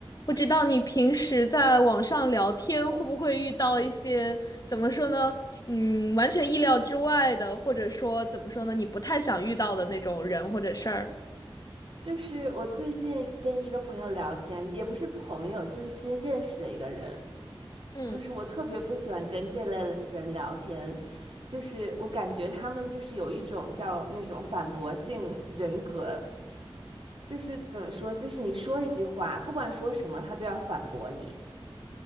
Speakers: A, on the left; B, on the right.
A: 不知道你平时在网上聊天会不会遇到一些，怎么说呢？嗯，完全意料之外的，或者说怎么说呢？你不太想遇到的那种人或者事儿。
B: 就是我最近跟一个朋友聊天，也不是朋友，就是新认识的一个人。
A: 嗯，
B: 就是我特别不喜欢跟这类人聊天，就是我感觉他们就是有一种叫那种反驳性人格，就是怎么说，就是你说一句话，不管说什么，他都要反驳你。